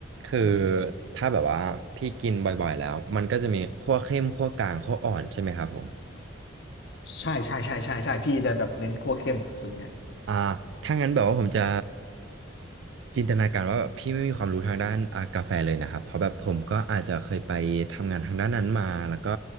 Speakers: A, on the right; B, on the left.
A: คือ
B: เออ
A: ถ้าแบบว่าพี่กินบ่อยๆแล้วมันก็จะมีคั่วเข้มคั่วกลางคั่วอ่อนใช่ไหมครับผม
B: ใช่ใช่ใช่ใช่ใช่พี่จะแบบเน้นคั่วเข้มส่วนใหญ่
A: อ่าถ้างั้นแบบว่าผมจะจินตนาการว่าแบบพี่ไม่มีความรู้ทางด้านอ่ากาแฟเลยนะครับ เพราะแบบผมก็อาจจะเคยไปทำงานทางด้านนั้นมาแล้วก็